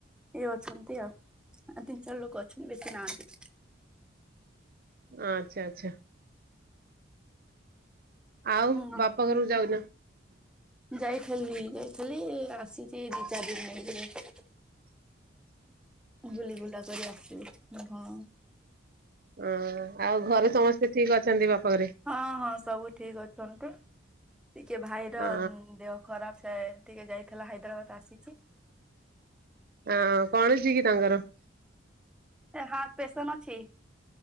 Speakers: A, in the centre; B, on the right (about 50°).
A: ଇଏ ଅଛନ୍ତି ଆଉ ତିନି ଚାରି ଲୋକ ଅଛନ୍ତି ବେଶୀ ନାହାନ୍ତି।
B: ଆଚ୍ଛା ଆଚ୍ଛା। ଆଉ
A: ହୁଁ
B: ବାପା ଘରକୁ ଯାଉନା?
A: ଯାଇଥେଲି ଯାଇଥେଲି ଆସିଛି ଦି ଚାରି ଦିନ ହେଇଯିବ।
B: <unintelligible>
A: ଗୁଲି ଗୁଲା କରି ଆସଲି ହଁ।
B: ଓଁ ଆଉ ଘରେ ସମସ୍ତେ ଠିକ ଅଛନ୍ତି ବାପ ଘରେ?
A: ହଁ ହଁ, ସବୁ ଠିକ ଅଛନ୍ତି ଟିକେ ଭାଇର
B: ହଁ
A: ଦେହ ଖରାପ ହେ ଟିକେ ଯାଇଥିଲା ହାଇଦ୍ରାବାଦ ଆସିଛି।
B: ହ କଣ ଅଛି କି ତାଙ୍କର?
A: ଏ ହାର୍ଟ ପେସନ୍ ଅଛି।